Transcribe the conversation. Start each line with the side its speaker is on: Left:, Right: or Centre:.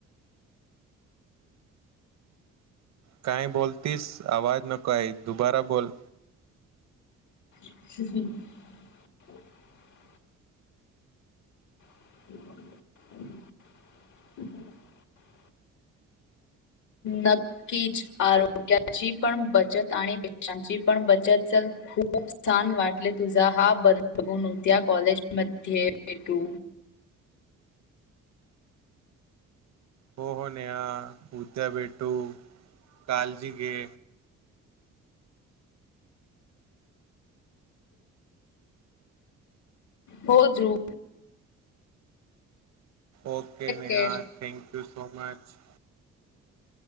Right: काय बोलतीस आवाज नको आहे?, दुबारा बोल.
Left: ह. ह. <unintelligible> नक्कीच आरोग्याची पण बचत, आणि पैशांची पण बचत, चल खूप छान वाटले तुझा हा बदल बघून, उद्या कॉलेज मध्ये भेटू.
Right: हो हो नेहा उद्या भेटू कालजी घे.
Left: हो घेऊ.
Right: Okay Meena.
Left: care
Right: Thank you so much.